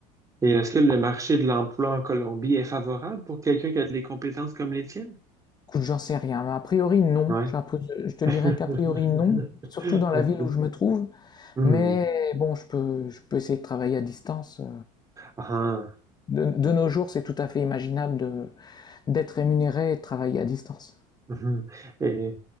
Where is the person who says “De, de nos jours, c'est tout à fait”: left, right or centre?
Left